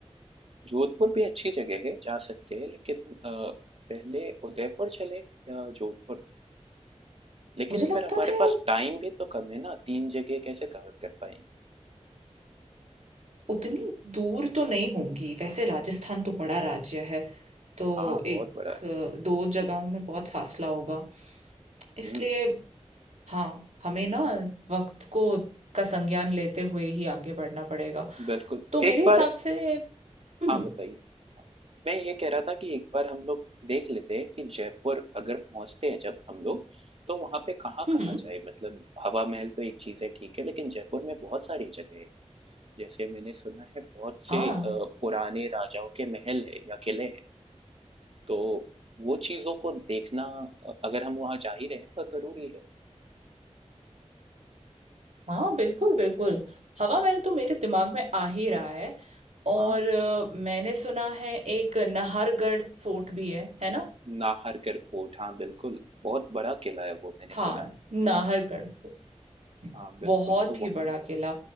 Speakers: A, on the right (about 55°); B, on the right (about 75°).
A: जोधपुर भी अच्छी जगह है, जा सकते हैं लेकिन अ, पहले उदयपुर चले या जोधपुर? लेकिन
B: मुझे लगता
A: फिर हमारे
B: है
A: पास टाइम भी तो कम है ना, 3 जगह कैसे कवर कर पाएँगे?
B: उतनी दूर तो नहीं होंगी वैसे राजस्थान तो बड़ा राज्य है तो
A: हाँ,
B: एक
A: बहुत बड़ा
B: अ, दो जगहों में बहुत फासला होगा इसलिए
A: है। हुँ,
B: हाँ हमें ना वक्त को का संज्ञान लेते हुए ही आगे बढ़ना पड़ेगा
A: बिल्कुल।
B: तो मेरे
A: एक
B: हिसाब
A: बार
B: से हम्म
A: हाँ, बताइए। मैं ये कह रहा था कि एक बार हम लोग देख लेते हैं कि जयपुर अगर पहुँचते हैं जब हम लोग, तो वहाँ पे कहाँ-कहाँ
B: हम्म
A: जाएँ? मतलब हवा महल तो एक चीज़ है ठीक है, लेकिन जयपुर में बहुत सारी जगह है। जैसे मैंने सुना है बहुत से
B: हाँ
A: अ, पुराने राजाओं के महल है या किले हैं तो वो चीजों को देखना अ, अगर हम वहाँ जा ही रहे हैं तो जरूरी है
B: हाँ बिल्कुल बिल्कुल हवा महल तो मेरे दिमाग में आ ही रहा है और
A: हाँ
B: अ, मैंने सुना है एक नाहरगढ़ फोर्ट भी है है ना
A: नाहरगढ़ फोर्ट हाँ बिल्कुल बहुत बड़ा किला है वो मैंने
B: हाँ
A: सुना है
B: नाहरगढ़ फोर्ट
A: हाँ बिल्कुल
B: बहुत
A: तो
B: ही
A: वहाँ
B: बड़ा किला